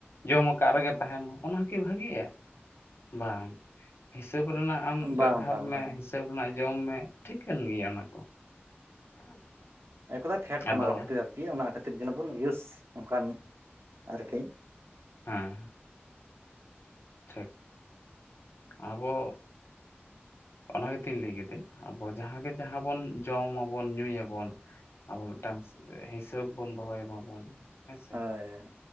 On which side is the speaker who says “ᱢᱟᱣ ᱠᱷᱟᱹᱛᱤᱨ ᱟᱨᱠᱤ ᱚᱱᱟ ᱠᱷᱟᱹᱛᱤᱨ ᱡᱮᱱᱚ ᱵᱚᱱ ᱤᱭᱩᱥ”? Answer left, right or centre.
Right